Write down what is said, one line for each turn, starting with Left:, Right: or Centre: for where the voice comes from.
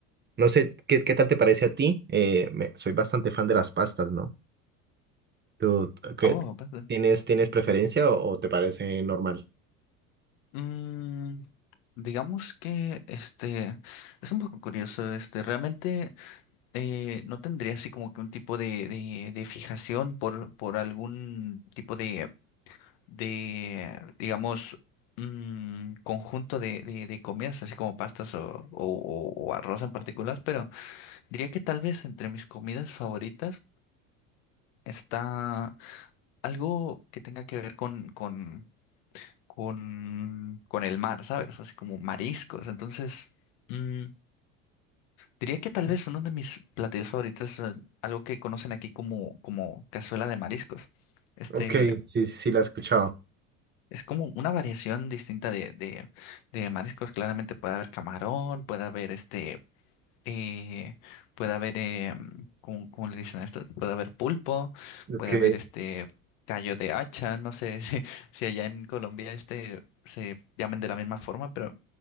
Right: no sé, ¿qué, qué tal te parece a ti? Eh, me- soy bastante fan de las pastas, ¿no? ¿Tú qué,
Left: Oh, ¿verdad?
Right: tienes, tienes preferencia o, o te parece normal?
Left: Mm, digamos que este es un poco curioso. Este, realmente eh, no tendría así como que un tipo de, de, de fijación por, por algún tipo de de, digamos, un conjunto de, de, de comidas, así como pastas o, o- o- o arroz en particular, pero diría que tal vez entre mis comidas favoritas está algo que tenga que ver con, con, con, con el mar, ¿sabes? Así como mariscos. Entonces, mm, diría que tal vez uno de mis platillos favoritos es eh, algo que conocen aquí como, como cazuela de mariscos. Este.
Right: Ok, sí, sí, sí, la he escuchado.
Left: Es como una variación distinta de, de, de mariscos. Claramente puede haber camarón, puede haber este, eh, puede haber, eh, ¿cómo, cómo le dicen a esto? Puede haber pulpo,
Right: Ok.
Left: puede haber este callo de hacha. No sé <laughs> si, si allá en Colombia este se llamen de la misma forma, pero